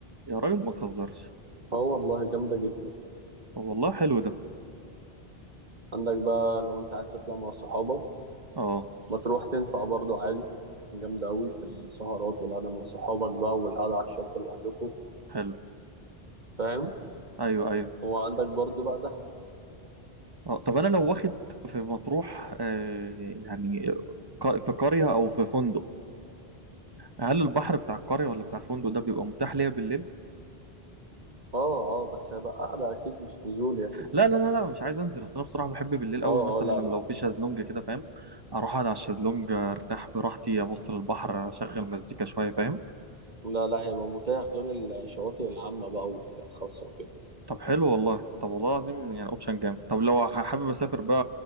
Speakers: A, on the right; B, on the right.
A: يا راجل ما تهزرش
B: اه والله جامدة جدا
A: طب والله حلو ده
B: عندك بقى لو أنت عايز تطلع مع صحابك
A: اه
B: ما تروح تنفع برضه عادي جامدة أوي في السهرات والقعدة مع صحابك بقى والقعدة على الشط لوحدكوا
A: حلو
B: فاهم
A: ايوه ايوه
B: وعندك برضه بقى دهب
A: آه، طب انا لو واخد في مطروح آه، يعني ق- في قرية او في فندق هل البحر بتاع القرية ولا بتاع الفندق ده بيبقى متاح ليا بالليل
B: اه اه بس هيبقى قعدة أكيد مش نزول يعني
A: لا لا لا لا مش عايز انزل اصل انا بصراحة بحب بالليل
B: اه
A: قوي مثلا
B: اه لا لا
A: لو في شازلونج كده فاهم اروح اقعد على الشازلونج ارتاح براحتي ابص للبحر اشغل مزيكا شوية فاهم
B: لا لا هيبقى متاح غير الشواطئ العامة بقى والخاصة وكده
A: طب حلو والله طب والله العظيم يعني اوبشن جامد طب لو ح- حابب اسافر بقى